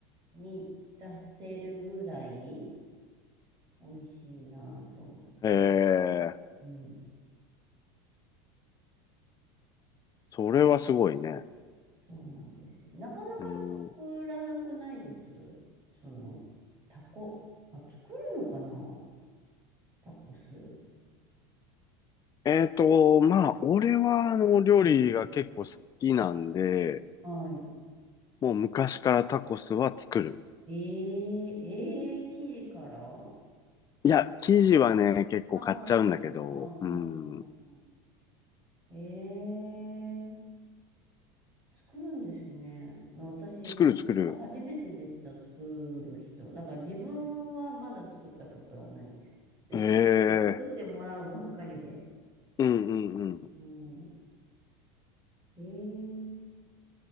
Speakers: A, on the right; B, on the left.
A: に出せるぐらい美味しいなと思ってます。
B: ええ、
A: うん
B: それはすごいね。
A: そうなんですよ。なかなか作らなくないです。
B: うん。
A: その、タコ。あ、作るのかなタコス。
B: えっと、まあ、俺は、あの、料理が結構好きなんで、
A: はい。
B: もう昔からタコスは作る。
A: えー、えー、生地からあ
B: いや、生地はね、結構買っちゃうんだけど、
A: あー、うんうんうんう
B: うん。
A: ん。えー、作るんですね。私、
B: 作る作る。
A: もう、これが初めてでした、作る人。だから自分はまだ作ったことはないです。<laughs>
B: ええ
A: 作ってもらうばっかりで。
B: うんうんうん。
A: うん。えー